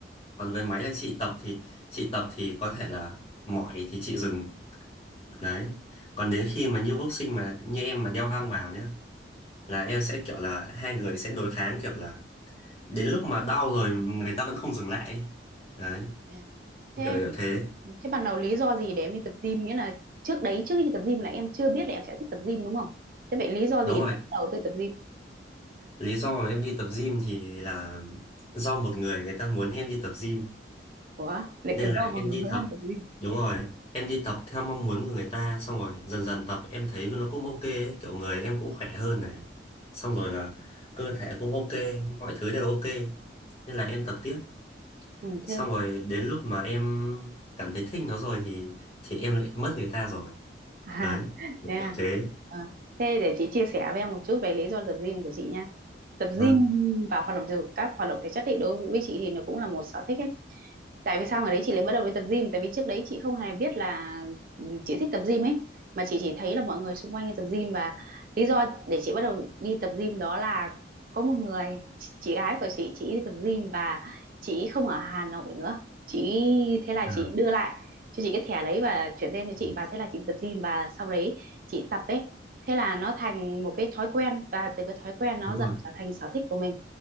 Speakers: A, on the left (about 30°); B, on the right (about 50°).
A: Còn với máy là chị tập thì chị tập thì có thể là mỏi thì chị dừng Đấy. Còn
B: Ừ.
A: đến khi mà như boxing mà như em mà đeo găng vào nhá, là em sẽ kiểu là hai người sẽ đối kháng kiểu là đến lúc mà đau rồi người ta vẫn không dừng lại. ấy. Đấy,
B: ừ, nha. Thế
A: kiểu kiểu thế.
B: thế ban đầu lý do gì để em đi tập gym nghĩa là trước đấy trước khi đi tập gym là em chưa biết là em sẽ thích tập gym đúng không? Thế vậy lý do
A: Đúng
B: gì để
A: rồi.
B: em bắt đầu với tập gym?
A: Lý do mà em đi tập gym thì là do một người người ta muốn em đi tập gym
B: Ủa, lại
A: nên
B: cái
A: là
B: rau mà
A: em
B: người
A: đi
B: Huế
A: tập.
B: là cái gì?
A: Đúng rồi. Em đi tập theo mong muốn của người ta xong rồi dần dần tập em thấy nó cũng ok ấy. Kiểu người em cũng khỏe hơn này. Xong rồi là cơ thể cũng ok, mọi thứ đều ok. Nên là em tập tiếp.
B: Ừ,
A: xong
B: chứ. <laughs>
A: rồi đến lúc mà em cảm thấy thích nó rồi thì thì em lại mất người ta rồi
B: À,
A: đấy kiểu
B: thế à.
A: kiểu thế
B: Ờ, Thế để chị chia sẻ với em một chút về lý do tập gym của chị nha. Tập
A: vâng
B: gym và hoạt động thể dục các hoạt động thể chất ấy, đối với chị thì nó cũng là một sở thích ấy. tại vì sao ngày đấy chị lại bắt đầu đi tập gym tại vì trước đấy chị không hề biết là ừ, chị thích tập gym ấy mà chị chỉ thấy là mọi người xung quanh đi tập gym và lý do để chị bắt đầu đi tập gym đó là có một người chị chị gái của chị chị đi tập gym và chị không ở Hà Nội nữa chị thế là
A: à,
B: chị đưa lại cho chị cái thẻ đấy và chuyển tên cho chị
A: ừ.
B: và thế là chị tập gym và sau đấy chị tập ấy thế là nó thành một cái thói quen và từ cái thói quen nó
A: đúng
B: dần
A: rồi
B: trở thành sở thích của mình